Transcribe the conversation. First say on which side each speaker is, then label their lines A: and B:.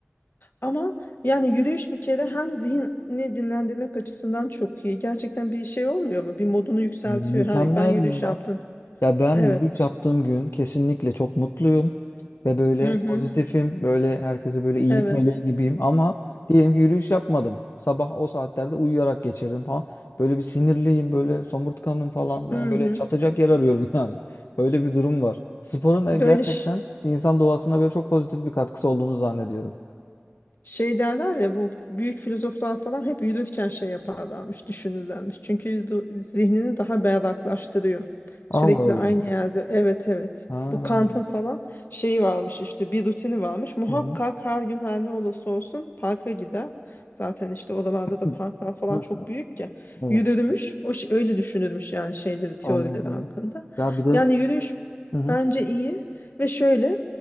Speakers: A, on the left; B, on the left.
A: Ama yani yürüyüş bir kere hem zihni dinlendirmek açısından çok iyi. Gerçekten bir şey olmuyor mu? Bir modunu yükseltiyor.
B: Mükemmel
A: Her, ben yürüyüş yaptım.
B: ya. Ya ben
A: Evet.
B: yürüyüş yaptığım gün kesinlikle çok mutluyum ve böyle
A: Hı hı.
B: pozitifim, böyle herkese böyle iyilik
A: Evet.
B: meleği gibiyim ama diyelim ki yürüyüş yapmadım. Sabah o saatlerde uyuyarak geçirdim falan. Böyle bir sinirliyim, böyle somurtkanım falan. Ben
A: Hı
B: böyle
A: hı.
B: çatacak yer arıyorum <laughs> yani. Öyle bir durum var. Sporun da
A: Böyle
B: gerçekten
A: ş-
B: insan doğasına böyle çok pozitif bir katkısı olduğunu zannediyorum.
A: Şey derler ya bu büyük filozoflar falan hep yürürken şey yaparlarmış, düşünürlermiş. Çünkü du- zihnini daha berraklaştırıyor.
B: Allah
A: Sürekli
B: Allah.
A: aynı yerde evet evet.
B: Ha.
A: Bu Kant'ın falan şeyi varmış işte bir rutini varmış. Muhakkak
B: Hı hı.
A: her gün her ne olursa olsun parka gider. Zaten işte oralarda da
B: Hı.
A: parklar falan
B: Hah,
A: çok büyük ya.
B: Evet.
A: Yürürmüş. O şey, öyle düşünürmüş yani şeyleri, teorileri
B: Anladım.
A: hakkında.
B: Ya bir de
A: Yani yürüyüş
B: Hı hı.
A: bence iyi ve şöyle